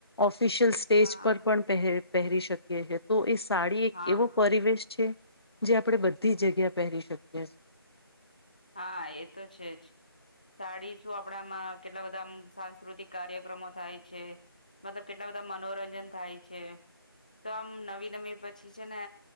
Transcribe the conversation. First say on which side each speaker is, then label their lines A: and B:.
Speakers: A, on the left; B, on the left.
A: ઓફીસ્પિશિયલ સ્ટેજ
B: હા
A: પર પણ પહેર પહેરી શકીએ. તો સાડી એક
B: હા
A: એવો પરિવેશ છે. જે આપણે બધી જગ્યા પહેરી શકીએ છે એ.
B: હા એ તો છે, જ સાડી શું આપડામાં કેટલા બધામ સાંસ્કૃતિક કાર્યક્રમો થાય છે, મતલબ કેટલા બધા મનોરંજન થાય છે. તો આમ નવી પછી છે ને,